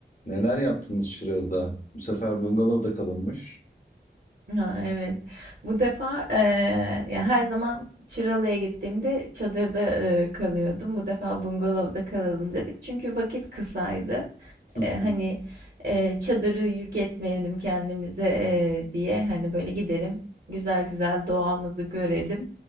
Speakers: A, on the left (about 45°); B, on the right (about 65°).
A: Neler yaptınız Şırıl'da? Bu sefer bungalovda kalınmış.
B: Ha, evet. Bu defa eee, ya her zaman Çıralı'ya gittiğimde çadırda eee, kalıyordum. Bu defa bungalovda kalalım dedik. Çünkü vakit kısaydı.
A: <laughs> Hı hı,
B: Eee, hani, eee, çadırı yük etmeyelim kendimize, eee, diye, hani, böyle gidelim, güzel güzel doğamızı görelim,